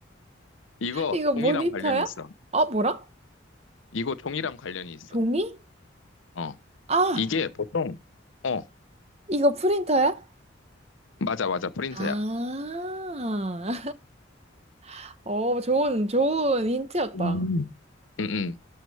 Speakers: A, on the left (about 80°); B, on the right (about 30°).
A: 이거
B: 이거 모니터야?
A: 종이랑 관련이 있어.
B: 어, 뭐라?
A: 이거 종이랑 관련이 있어.
B: 종이?
A: 어.
B: 아,
A: 이게 보통, 어,
B: 이거 프린터야?
A: 맞아, 맞아. 프린터야.
B: 아, <laughs> 어, 좋은, 좋은 힌트였다.
A: 음. 응, 응.